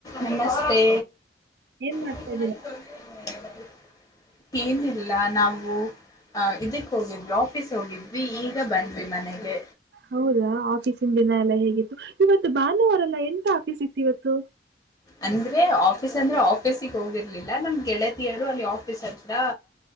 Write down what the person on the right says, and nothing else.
ಏನ್ ಮಾಡ್ತಾ
ಇದ್ದೀರಾ
ಹೌದಾ ಆಫೀಸ ದಿನ ಎಲ್ಲಾ ಹೇಗಿತ್ತು ಇವತ್ತು ಭಾನುವಾರಲ್ಲಾ ಎಂತ ಆಫೀಸ್ ಇತ್ತು ಇವತ್ತು